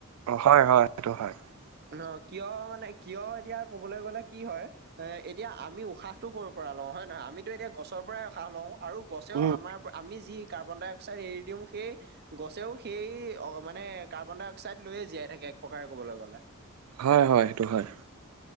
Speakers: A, on the right; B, on the right.
A: অ হয় হয় সেইটো হয় <unintelligible>
B: ন কিয় মানে কিয়, এতিয়া ক'বলৈ গ'লে কি হয় এ এতিয়া আমি উশাহটো কৰ পৰা লওঁ। হয় নহয় আমিতো এতিয়া গছৰ পৰাই উসাহ লওঁ আৰু গছেও
A: উম
B: আমাৰ আমি যি <unintelligible> কাৰ্বন ডাই অক্সাইড এৰি দিও সেই গছেও সেই অ মানে কাৰ্বন ডাই অক্সাইড লৈয়ে জীয়াই থাকে। এক প্ৰকাৰে কবলৈ গ'লে <unintelligible>
A: হয় হয় সেইটো হয়।